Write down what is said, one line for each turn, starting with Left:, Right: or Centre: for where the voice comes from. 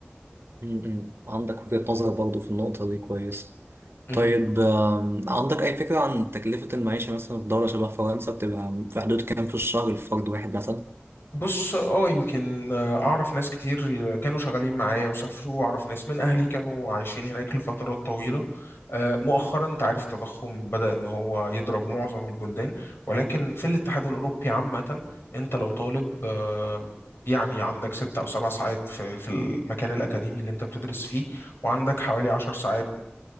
Right: م- م. عندك وجهه نظر برضو في النقطه دي كويس
Left: لهم
Right: طيب آم، عندك أي فكرة عن تكلفة المعيشة مثلا في دولة شبه فرنسا بتبقى في حدود كام في الشهر لفرد واحد مثلا؟
Left: بص اه يمكن آه، اعرف ناس كتير كانوا شغالين معايا وسافروا واعرف ناس من اهلي كانوا عايشين هناك لفترات طويلة آه، مؤخرا انت عارف التضخم بدأ ان هو يضرب معظم البلدان ولكن في الاتحاد الاوروبي عامة انت لو طالب آه، يعني عندك ست او سبع ساعات في في المكان الاكاديمي اللي انت بتدرس فيه وعندك حوالي عشر ساعات